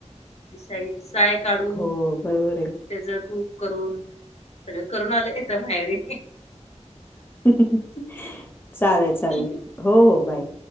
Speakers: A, on the left; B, on the left.
A: ती शाई. साय काढून
B: हो बरोबर आहे.
A: त्याच तूप करून सगळं करून आलं की तर माहेरे
B: <inaudible> चालेल चालेल
A: ठीक आहे.
B: हो हो बाय.